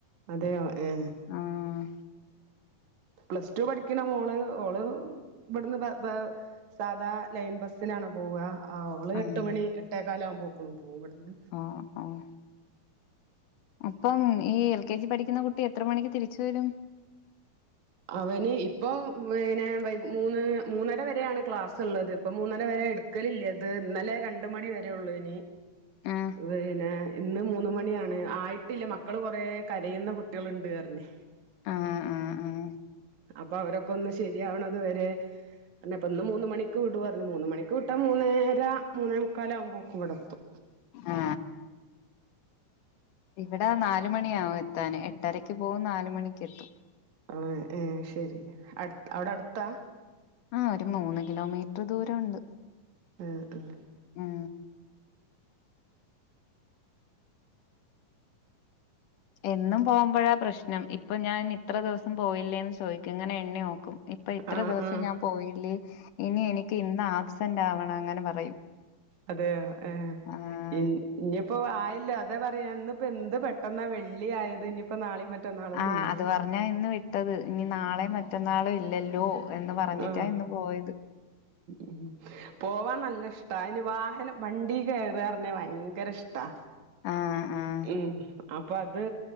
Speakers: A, on the right (about 60°); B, on the left (about 70°).
A: അതെയോ ഏഹ്
B: ആഹ്
A: പ്ലസ് ടു പഠിക്ക്ണ മോള് ഓള് ഇവിടുന്ന് സാധാ ലൈൻ ബസിലാണ് പോവാ ഓള്
B: ആഹ്
A: എട്ട് മണി എട്ടേ കാലാവകുമ്പോക്കും പോവുമ്പടുന്ന്
B: ഓഹ് ഓഹ് അപ്പം ഈ എൽ കെ ജി പഠിക്കുന്ന കുട്ടി എത്ര മണിക്ക് തിരിച്ചു വരും
A: അവന് ഇപ്പൊ പിനെ മൂന്ന് മൂന്നര വരെയാണ് ക്ലാസ് ള്ളത് ഇപ്പ മൂന്നര വരെ എ ക്ക്ലില്ലത് ഇന്നലെ രണ്ട് മണി വരെ ഒള്ളോയിന്നു
B: ആഹ്
A: പിന്നെ ഇന്ന് മൂന്ന് മണിയാണ് ആയിട്ടില്ല മക്കള് കൊറെ കരയുന്ന കുട്ടികളുണ്ട്ന്ന് പറഞ്ഞ്
B: ആഹ് ആഹ് ആഹ്
A: അപ്പൊ അവരൊക്കെ ഒന്ന് ശരിയാവണത് വരെ നേ പ്പൊ ഇന്ന് മൂന്ന് മണിക്ക് വിടു പറഞ്ഞു മൂന്ന് മണിക്ക് വിട്ടാ മുന്നേര മൂന്നേ മുക്കാലാവകുമ്പോക്കും ഇവടെത്തും
B: ആഹ് ഇവടെ നാല് മണിയാവും എത്താന് എട്ടരക്ക് പോകും നാല് മണിക്ക് എത്തും
A: ഏഹ് ഏഹ് ശെരി അടു അവിടെ അടുത്താ
B: ആ ഒരു മൂന്ന് കിലോമീറ്റർ ദൂരംണ്ട്
A: ഏഹ്
B: ഉം എന്നും പോകുമ്പോഴാ പ്രശ്നം ഇപ്പൊ ഞാൻ ഇത്ര ദിവസം പോയില്ലേന്ന് ചോയി ക്കും ഇങ്ങനെ എണ്ണിനോക്കും ഇപ്പൊ ഇത്ര
A: ആ ആ
B: ദിവസം
A: ആ
B: ഞാൻ പോയില്ലേ ഇനി എനിക്ക് ഇന്ന് ആബ്സെന്റ് ആവണം അങ്ങനെ പറയും
A: അതെയോ ഏ
B: ആഹ്
A: ഇന് ഇഞ്ഞിപ്പോ ആയല്ലോ അതാ പറയ ഇന്നിപ്പോ എന്ത് പെട്ടെന്നാ വെള്ളി ആയത് ഇനി ഇപ്പ നാളിം മറ്റന്നാളും
B: ആഹ്
A: ലീവാ
B: അത് പറഞ്ഞാ ഇന്ന് വിട്ടത് ഇനി നാളെ മറ്റന്നാളും ഇല്ലല്ലോ എന്ന് പറഞ്ഞിട്ടാ
A: ആ
B: ഇന്ന് പോയത്
A: ഉം പോവാൻ നല്ല ഇഷ്ട അയ്ന് വാഹനം വണ്ടി കയറിയറിഞ്ഞ ഭയങ്കര ഇഷ് ടാ
B: ആഹ് ആഹ്
A: ഉം അപ്പ അത്